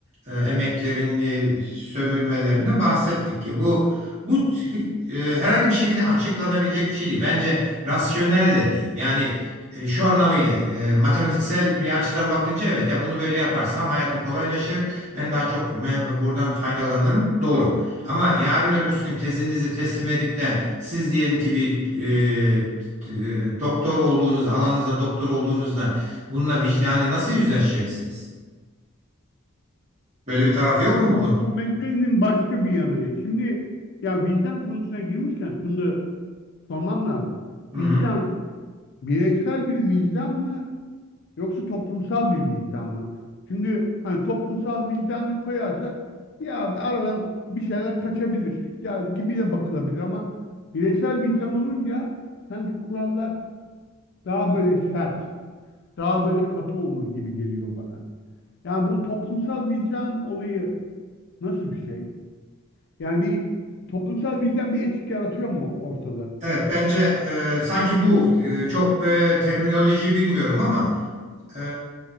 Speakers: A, on the right; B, on the left.
A: e, emeklerini sömürmelerine bahsettik ya. Bu bu e, herhangi bir şekilde açıklanabilecek bir şey değil. Bence rasyonel de değil. Yani e, şu anlamıyla e, matematiksel bir açıdan bakınca evet ya bunu böyle yaparsam hayatım kolaylaşır. Ben daha çok me- buradan faydalanırım. Doğru. Ama yarın öbürsü gün tezinizi teslim edip de siz diyelim ki bir e, t- e, doktor olduğunuz alanınızda doktor olduğunuzda bununla vicdane nasıl yüzleşeceksiniz? Böyle bir tarafı yok mu bu
B: O, o meselenin başka bir yanı. Şimdi ya vicdan konusuna girmişken şunu da sormam lazım.
A: Hı hı.
B: Vicdan bireysel bir vicdan mı yoksa toplumsal bir vicdan mı? Çünkü hani toplumsal vicdanı koyarsak ya aradan bir şeyler kaçabilir ya gibi de bakılabilir ama bireysel vicdan olunca sanki kurallar daha böyle sert, daha böyle katı olur gibi geliyor bana. Yani bu toplumsal vicdan olayı nasıl bir şey? Yani bir toplumsal bilden bir etik yaratıyor mu ortada?
A: Evet bence e, sanki bu e, çok e, terminoloji bilmiyorum ama e,